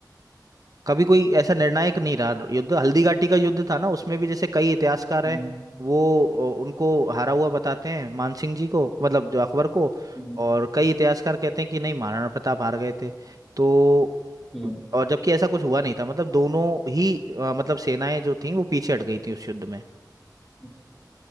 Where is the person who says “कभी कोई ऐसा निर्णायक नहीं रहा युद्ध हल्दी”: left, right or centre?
Right